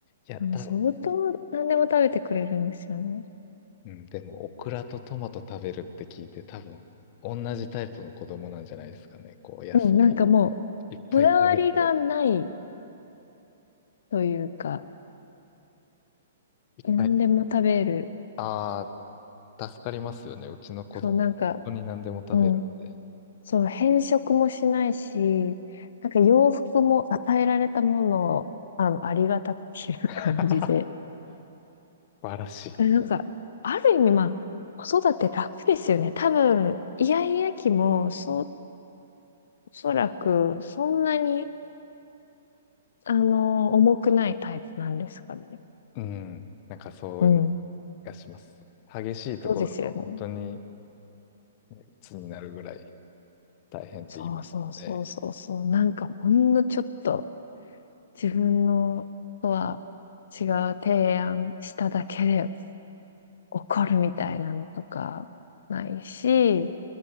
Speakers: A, on the left; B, on the left.
A: いや、
B: あの相当何でも食べてくれるんですよね。
A: 多分、うん、でも、オクラとトマト食べるって聞いて、多分、同じタイプの子供なんじゃないですかね。こう、野菜
B: うん、なんかもう、
A: いっぱい食べて、
B: こだわりがないというか、
A: いっぱい。
B: 何でも食べる。
A: ああ、助かりますよね。うちの子供、
B: そう、なんか、
A: 本当に何でも食べるって。
B: うん。そう、変色もしないし、なんか洋服も与えられたものを、あの、ありがたく着る感じで。
A: <laughs> 素晴らしい。
B: あなんか、ある意味、まあ、子育て楽ですよね。多分、イヤイヤ期も、そう、おそらく、そんなに、あの、重くないタイプなんですかね。
A: うん。なんかそういう気
B: うん。
A: がします。激しいところだと本当に
B: そうですよね。
A: ね鬱になるぐらい大変って言いますもんね。
B: そうそうそうそうそう。なんか、ほんのちょっと、自分のとは違う提案しただけで、怒るみたいなのとかないし、